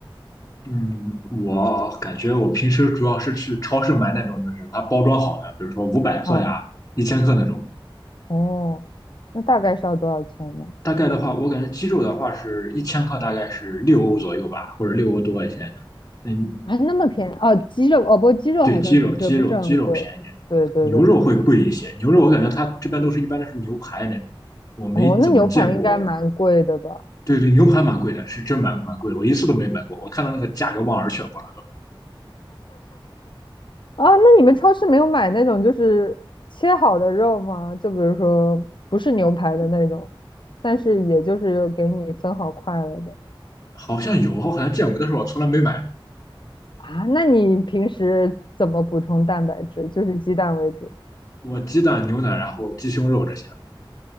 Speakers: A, on the left; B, on the left.
A: 嗯，我感觉我平时主要是去超市买那种，就是它包装好的，比如说五百克呀、
B: 哦
A: 一千克那种。
B: 哦，那大概是要多少钱呢？
A: 大概的话，我感觉鸡肉的话是一千克，大概是六欧左右吧，或者六欧多一些。嗯，
B: 还那么便宜哦，鸡肉哦，不过鸡肉好像的确不是很贵。
A: 对，鸡肉，鸡肉，鸡肉便宜点，
B: 对对对，
A: 牛肉会贵一些。牛肉我感觉它这边都是一般都是牛排那种，我没怎么见过
B: 哦，那牛排应该蛮贵的吧？
A: 对对，牛排蛮贵的，是真蛮蛮贵的，我一次都没买过。我看到那个价格望而却步了都。
B: 啊，那你们超市没有买那种就是切好的肉吗？就比如说不是牛排的那种，但是也就是给你分好块了的
A: 好像有，我好像见过，但是我从来没买
B: 啊？那你平时怎么补充蛋白质？就是鸡蛋为主。
A: 过。我鸡蛋、牛奶，然后鸡胸肉这些，